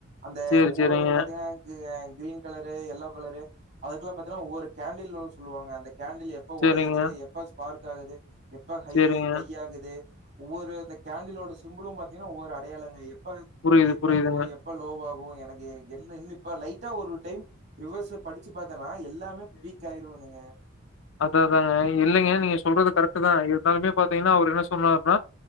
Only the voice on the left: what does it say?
சரி,
சரிங்க.
சரிங்க,
சரிங்க.
புரியுது,
புரியுதுங்க.
அத்தா அத்தாங்க இல்லைங்க நீங்க சொல்றது கரெக்ட்தா இருந்தாலுமே பாத்தீங்கனா அவரு என்ன சொன்னாருனா